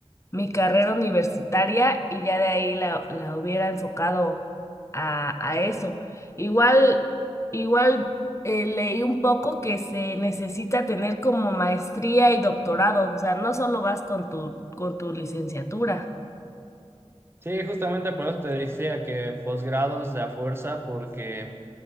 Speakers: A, on the left; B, on the right.
A: mi carrera universitaria y ya de ahí la, la hubiera enfocado a, a eso. Igual, igual eh, leí un poco que se necesita tener como maestría y doctorado, o sea, no solo vas con tu, con tu licenciatura.
B: Sí, justamente por eso te decía que posgrados de a fuerza porque